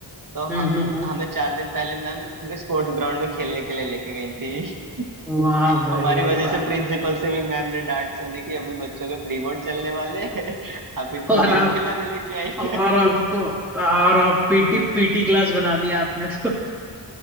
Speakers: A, on the right; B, in the centre.
A: तो
B: हम्म
A: हम
B: हम्म हम्म।
A: हमें चार दिन पहले मैम स्पोर्ट्स ग्राउंड में खेलने के लिए लेके गई थी
B: वाह भाई
A: हमारी वजह
B: वाह
A: से प्रिंसिपल से भी मैम ने डांट सुनी कि अभी बच्चों के प्री बोर्ड चलने वाले हैं <laughs> आप इनको
B: और आप
A: गेम खिलाने लेके आई
B: और
A: हैं
B: आपको और आप पीटी पीटी क्लास बना दिया आपने तो